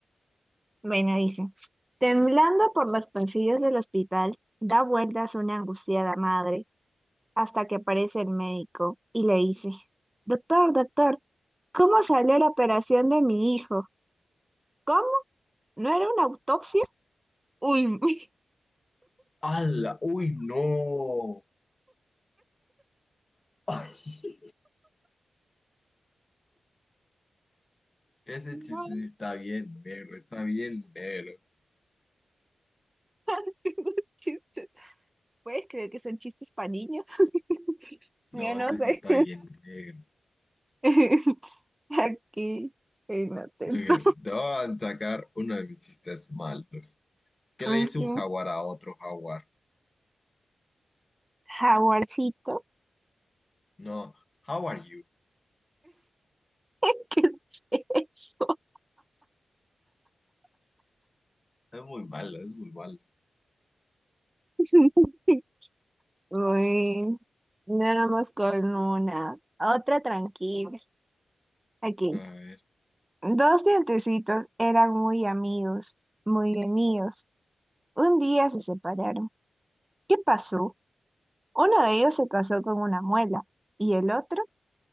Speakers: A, on the right; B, on the left.
A: Bueno, dice. Temblando por los pasillos del hospital, da vueltas una angustiada madre hasta que aparece el médico y le dice, Doctor, doctor, ¿cómo salió la operación de mi hijo? ¿Cómo? ¿No era una autopsia? Uy, <laughs>
B: ¡Hala! ¡Uy, no! ¡Ay! Ese
A: no,
B: chiste sí está bien negro, está bien negro.
A: <laughs> qué buen chiste. ¿Puedes creer que son chistes para niños? <laughs>
B: No,
A: Yo no
B: ese
A: sé.
B: sí está bien negro.
A: <laughs> Aquí, estoy atento.
B: Ok, Te voy a sacar uno de mis chistes malos. ¿Qué le
A: Ujú.
B: dice un jaguar a otro jaguar?
A: Jaguarcito.
B: No, how are you?
A: <laughs> ¿Qué es eso?
B: Es muy malo, es muy malo.
A: <laughs> Uy, nada más con una. Otra tranquila. Aquí.
B: A ver.
A: Dos dientecitos eran muy amigos, muy amigos. Un día se separaron. ¿Qué pasó? Uno de ellos se casó con una muela y el otro,